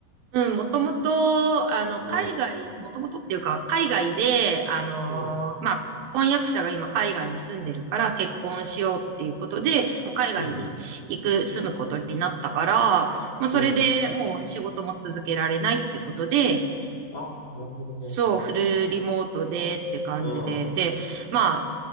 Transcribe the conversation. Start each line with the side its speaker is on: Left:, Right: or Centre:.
Right: うん、もともと、あの、
Left: うん。
Right: 海外、もともとっていうか、海外で、あのーまあ、
Left: うん。
Right: 婚約者が今海外に住んでるから結婚しようっていうことで、もう海外に行く、
Left: うん。うん。
Right: 住むことになったから、まあ、それでもう仕事も続けられないってことで、
Left: うん。ああ、なるほどね。
Right: そう、フルリモートでって感じで、
Left: うん、う
Right: で、まあ、